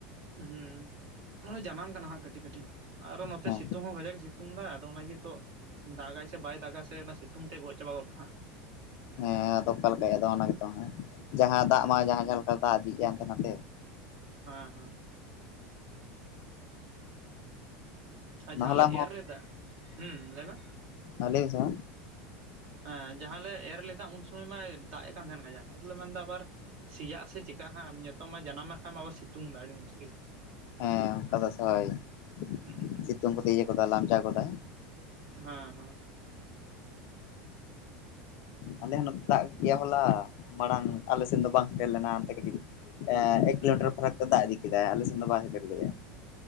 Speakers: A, on the right (about 55°); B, on the left (about 50°).
A: ᱤᱹᱦ-ᱦᱩᱸᱻ ᱱᱚᱜᱚᱭ ᱡᱟᱱᱟᱢ ᱠᱟᱱᱟ ᱦᱟᱸᱜ ᱠᱟᱹᱴᱤᱡ ᱠᱟᱹᱴᱤᱡ ᱟᱨᱚ ᱱᱚᱛᱮ
B: ᱦᱮᱸ
A: ᱥᱤᱛᱩᱝ ᱦᱚᱸ ᱠᱟᱡᱟᱜ ᱥᱤᱛᱩᱝ ᱮᱫᱟ ᱟᱫᱚ ᱚᱱᱟᱜᱮᱛᱚ ᱫᱟᱜᱟᱭ ᱥᱮ ᱵᱟᱭ ᱫᱟᱜᱟ ᱥᱮ ᱚᱱᱟ ᱥᱤᱛᱩᱝ ᱛᱮ ᱜᱚᱡ ᱪᱟᱵᱟ ᱜᱚᱫ ᱠᱟᱜ ᱟ ᱦᱟᱸᱜ ᱾
B: ᱦᱮᱸ ᱟᱫᱚ ᱚᱠᱟ ᱞᱮᱠᱟᱭ ᱚᱱᱟ ᱜᱮᱛᱚ ᱦᱟᱸᱜ ᱡᱟᱦᱟᱸ ᱫᱟᱜ
A: ᱦᱩᱸ
B: ᱢᱟ ᱡᱟᱦᱟᱸ, ᱡᱟᱦᱟᱸ ᱞᱮᱠᱟ ᱫᱟᱜ ᱤᱫᱤ ᱠᱟᱱ ᱛᱟᱦᱮᱸ ᱦᱟᱱᱛᱮ-ᱱᱟᱛᱮ
A: ᱦᱟᱸ-ᱦᱟᱸ ᱾ ᱦᱩᱸ, ᱩᱢ-ᱪᱟ ᱟᱨ ᱡᱟᱦᱟᱸᱞᱮ
B: ᱦᱚᱞᱟ
A: ᱮᱨ ᱞᱮᱫᱟ, ᱦᱩᱸ᱾ ᱞᱟᱹᱭᱢᱮ?
B: ᱟ-ᱟᱞᱮᱭᱤᱡ ᱥᱟ
A: ᱦᱮᱸ ᱡᱟᱦᱟᱸ ᱞᱮ ᱮᱨ ᱞᱮᱫᱟ ᱩᱱ ᱥᱚᱢᱚᱭ ᱢᱟᱭ ᱫᱟᱜ ᱮᱜ ᱠᱟᱱ ᱛᱟᱦᱮᱱ ᱜᱟᱡᱟᱠ ᱟᱫᱚᱞᱮ ᱢᱮᱱᱫᱟ ᱟᱵᱟᱨ ᱥᱮᱭᱟᱜ-ᱟ ᱥᱮ ᱪᱮᱠᱟᱜ ᱟᱦᱟᱸᱜ ᱡᱚᱛᱚ ᱢᱟ ᱡᱟᱱᱟᱢ ᱟᱠᱟᱱ ᱟᱢ ᱥᱤᱛᱩᱝ ᱟᱲᱤ ᱢᱩᱥᱠᱤᱞ ᱾
B: ᱦᱮᱸ ᱚᱱᱠᱟ ᱫᱚ ᱥᱟᱵᱟᱵᱤᱠ,?
A: ᱦᱩᱸ ᱦᱮᱸ
B: ᱪᱮᱫ ᱡᱚᱢ ᱠᱚᱛᱮ ᱤᱭᱟᱹᱠᱚᱛᱮ ᱞᱟᱢᱪᱟ ᱜᱚᱫᱟᱭ?
A: ᱮᱯ-ᱪᱟ, ᱦᱮᱸ ᱦᱮᱸ ᱾ ᱜᱲᱚᱸ-ᱪᱷᱟᱝ ᱾
B: ᱟᱞᱮ ᱦᱚᱸ ᱱᱚᱛᱮ ᱫᱟᱜ ᱠᱮᱭᱟ ᱦᱚᱞᱟ, ᱢᱟᱲᱟᱝ ᱟᱞᱮ ᱥᱮᱱ ᱫᱚ ᱵᱟᱝ ᱥᱮᱴᱮᱨ ᱞᱮᱱᱟ ᱚᱱᱛᱮ ᱠᱟᱹᱴᱤᱡ ᱾ ᱮᱸ ᱮᱠ
A: ᱦᱮᱸ
B: ᱠᱤᱞᱳᱢᱤᱴᱟᱨ ᱯᱷᱟᱨᱟᱠ ᱛᱮ ᱫᱟᱜ ᱤᱫᱤ ᱠᱮᱫᱟ ᱟᱞᱮ ᱥᱮᱱ ᱫᱚ ᱵᱟᱭ ᱥᱮᱴᱮᱨ ᱞᱮᱜᱟ ᱾